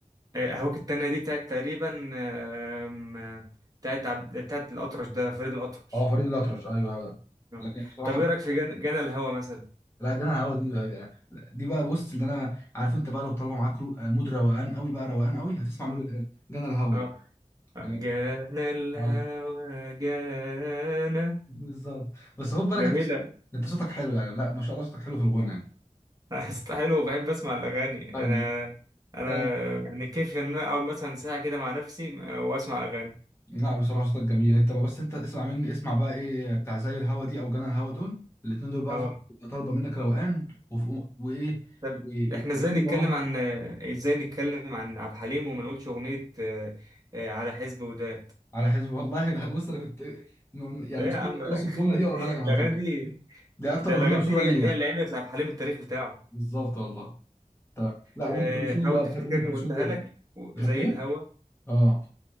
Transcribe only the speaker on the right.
آه، أهواك التانية دي بتاعت تقريبا آم، آه، بتاعت عبد بتاعت الأطرش ده فريد الأطرش
آه.
طب إيه رأيك في جن- جنى الهوى مثلا؟
آه
آه
آه.
جانا الهوى
جانا
جميلة
<laughs> أصل حلو بحب اسمع الاغاني
انا انا
يعني كيف ان انا اقعد مثلا ساعه كده مع نفسي آه، واسمع اغاني
اه
طب
احنا
ازاي نتكلم
عن ازاي نتكلم عن عبد الحليم وما نقولش اغنيه آه، آه، على حزب وداد
ايه
يا عم <laughs>
الاغاني
دي
ده
الاغاني
دي هي
هي
اللي عملت لعبد الحليم التاريخ بتاعه
آه،
حاول
تفتكرني
وقلتها
لك زي
الهوا